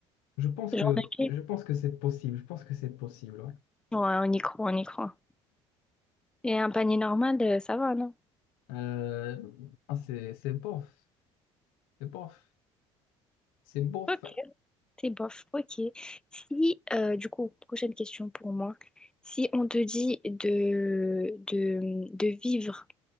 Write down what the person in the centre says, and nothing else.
Genre
un pied?
Ouais, on y croit, on y croit. Et un panier normal, euh, ça va, non?
Ok. c'est bof, ok. Si, euh, du coup, prochaine question pour moi. Si on te dit de, de, de vivre